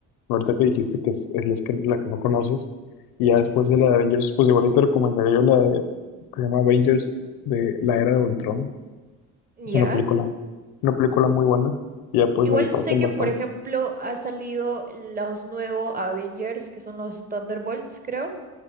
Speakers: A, on the left (about 85°); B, on the right (about 25°).
A: ahorita que dijiste que es, es las que- la que no conoces. Y ya después de la de Avengers, pues igual y te recomendaría yo la de, que se llama Avengers de la Era de Ultron.
B: ya.
A: Es una película, una película muy buena. Y ya pues
B: Igual
A: de ahí parten
B: sé que,
A: bastante.
B: por ejemplo, ha salido los nuevos Avengers, que son los Thunderbolts, creo.